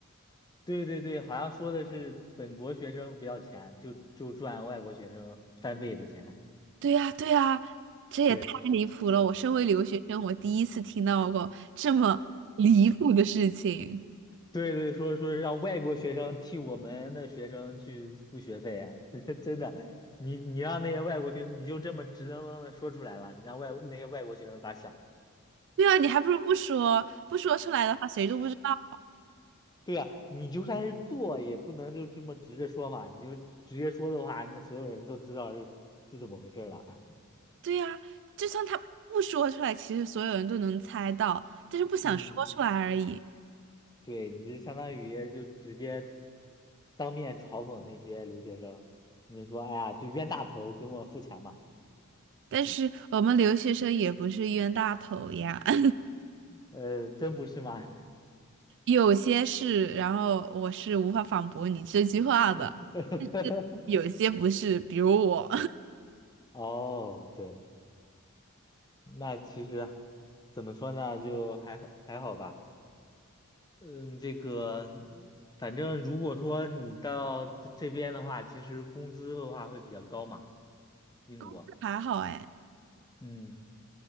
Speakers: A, on the left; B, on the right.
A: 对对对，好像说的是本国学生不要钱，就就赚外国学生翻倍的钱，
B: 对呀，对呀，
A: <laughs>
B: 这也太离谱了！
A: 对。
B: 我身为留学生，我第一次听到过这么离谱的事情。
A: 对对，说说让外国学生替我们的学生去付学费啊，<laughs> 真的，你你让那些外国学，你就这么直愣愣的说出来了，你让外那些外国学生咋想？
B: 对啊，你还不如不说，不说出来的话，谁都不知道。
A: 对呀，你就算是做，也不能就这么直着说嘛，你就直接说的话，那所有人都知道是是怎么回事儿了。
B: 对呀，就算他不说出来，其实所有人都能猜到，但是不想说出来而已。
A: <laughs> 嗯，对，你就相当于就直接当面嘲讽那些留学生，你就说，哎呀，就冤大头，给我付钱嘛，
B: 但是我们留学生也不是冤大头呀。<laughs>
A: 呃，真不是吗？
B: 有些是，然后我是无法反驳你这句话的，
A: <laughs>
B: 但是有些不是，比如我，
A: 哦，对，那其实怎么说呢，就还好还好吧。嗯，这个反正如果说你到这这边的话，其实工资的话会比较高嘛，英国。
B: <laughs> 还好哎。
A: 嗯，